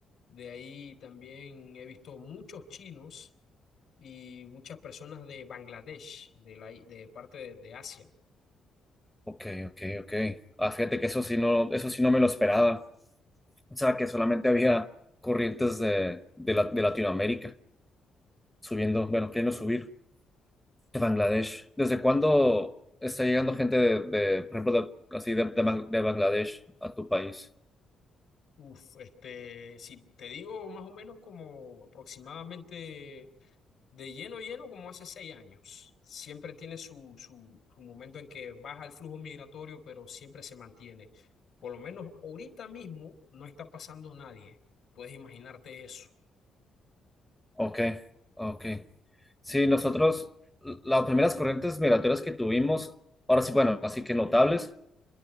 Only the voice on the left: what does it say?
de ahí también he visto muchos chinos y muchas personas de Bangladesh, de la, de parte de, de Asia.
Uf, este, si te digo más o menos como aproximadamente de lleno lleno como hace seis años. Siempre tiene su, su, su momento en que baja el flujo migratorio, pero siempre se mantiene. Por lo menos ahorita mismo no está pasando nadie. Puedes imaginarte eso.